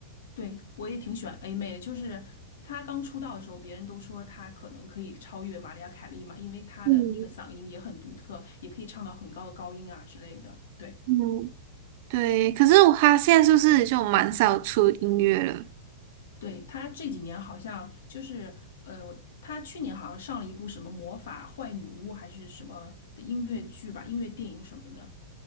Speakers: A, on the left; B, on the right.
A: 对，我也挺喜欢 A 妹的，就是她刚出道的时候，别人都说她可能可以超越玛利亚·凯莉嘛，因为她的那个嗓音也很独特，
B: 嗯
A: 也可以唱到很高的高音啊之类的。对，
B: 嗯，对，可是我他现在是不是就蛮少出音乐了？
A: 对，她这几年好像就是呃，我她去年好像上了一部什么魔法坏女巫还是什么的音乐剧吧，音乐电影什么的。